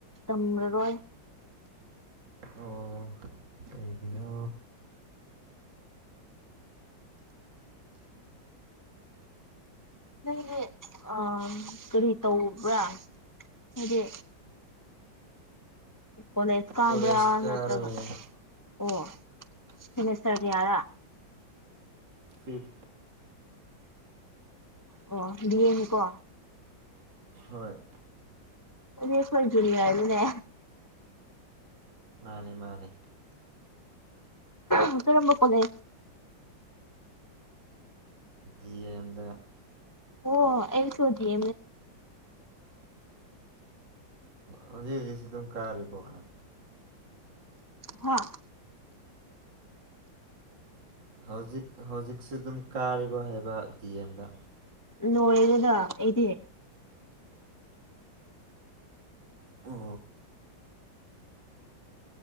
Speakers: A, on the left; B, on the right.
A: ꯇꯝꯃꯔꯣꯏ
B: ꯑꯣ ꯑꯩꯒꯤꯅ
A: ꯅꯪꯗꯤ ꯑ ꯀꯔꯤ ꯇꯧꯕ꯭ꯔꯥ ꯍꯥꯏꯗꯤ ꯀꯣꯂꯦꯁ ꯀꯥꯕ꯭ꯔ
B: ꯀꯣꯂꯦꯖ ꯀꯥꯔ
A: ꯅꯠꯇ꯭ꯔꯒ
B: ꯂꯩꯌꯦ
A: ꯑꯣ ꯁꯦꯃꯤꯁꯇꯔꯒꯤ ꯑꯔ
B: ꯐꯤꯞ
A: ꯑꯣ ꯑꯦꯅꯤꯀꯣ
B: ꯍꯣꯏ
A: ꯑ ꯈꯣꯏ ꯨꯅꯤ ꯑꯣꯏꯅꯦ
B: ꯃꯥꯅꯦ ꯃꯥꯅꯦ
A: ꯑꯇ ꯔꯝꯕ ꯄꯣꯂꯦ
B: ꯖꯤ ꯑ ꯑꯦꯝꯗ
A: ꯑꯣ ꯑ ꯁꯣꯖꯤ
B: ꯑꯣ ꯍꯧꯖꯤꯛ ꯍꯧꯖꯤꯛꯁꯨ ꯑꯗꯨꯝ ꯀꯥꯔꯤꯕꯣ ꯅ
A: ꯍꯥꯥ
B: ꯍꯧꯖꯤꯛ ꯍꯧꯖꯤꯛꯁꯨ ꯑꯗꯨꯝ ꯀꯥꯔꯤꯕꯣ ꯍꯥꯏꯕ ꯇꯤ ꯑꯦꯝꯗ
A: ꯅꯣꯏꯦꯗꯗ ꯑꯩꯗꯤ
B: ꯑ